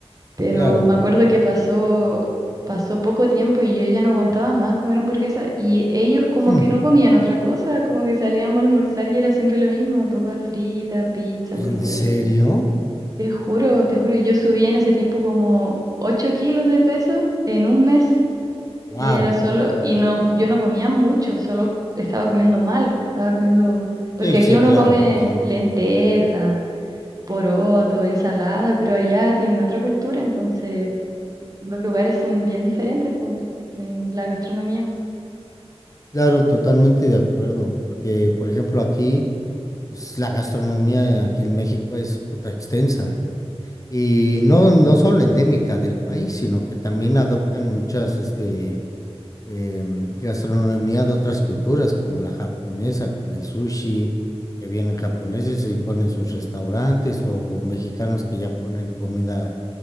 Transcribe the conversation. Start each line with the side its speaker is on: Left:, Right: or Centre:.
Right: Pero
Left: claro.
Right: me acuerdo que pasó, pasó poco tiempo y yo ya no aguantaba más comer hamburguesa y ellos como
Left: Hmm,
Right: que no comían otra cosa, como que salíamos a almorzar y era siempre lo mismo, papas fritas, pizza,
Left: ¿En
Right: hamburguesa.
Left: serio?
Right: Te juro, te juro, yo subí en ese tiempo como 8 kilos de peso en un mes.
Left: Wow.
Right: Y era solo, y no, yo no comía mucho, solo estaba comiendo mal, estaba comiendo, porque
Left: Sí, sí,
Right: aquí uno
Left: claro,
Right: come
Left: sí.
Right: lenteja, poroto, ensalada, pero allá tienen otra cultura, entonces los lugares son bien diferentes, po, en la gastronomía.
Left: Claro, totalmente de acuerdo, porque, por ejemplo, aquí... pues, la gastronomía aquí en México es puta extensa. Y no, no solo endémica del país, sino que también adoptan muchas este, em, gastronomía de otras culturas, como la japonesa con el sushi, que vienen japoneses y ponen sus restaurantes, o mexicanos que ya ponen comida